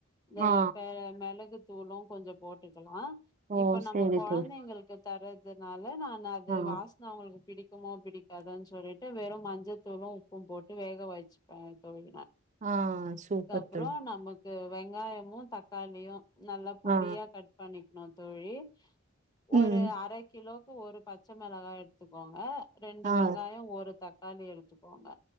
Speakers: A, on the left; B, on the right.
A: இந்த
B: ஆ
A: பெ மெளகு தூளு கொஞ்சோ போட்டுக்கலா
B: ஓ
A: இப்ப நம்ம
B: சேரி
A: கொழந்தைங்களுக்கு
B: தோழி
A: தரதுனால நான் அது
B: ஆ
A: வாசன அவுங்களுக்கு பிடிக்குமோ பிடிக்காதோனு சொல்லிட்டு வெறும் மஞ்சத்தூளும் உப்பும் போட்டு வேக வச்சுப்பே தோழி
B: ஆ சூப்பர்
A: அப்றோ
B: தோழி
A: நமக் இது வெங்காயமு தக்காளியு நல்லா பொடியா
B: ஆ
A: கட் பண்ணி நா தோழி ஒரு
B: ம்
A: அர கிலோ ஒரு பச்ச மெளகா எடுத்துக் கோங்க ரெண்டு
B: ஆ
A: வெங்காயோ ஒரு தக்காளி எடுத்துக்கோங்க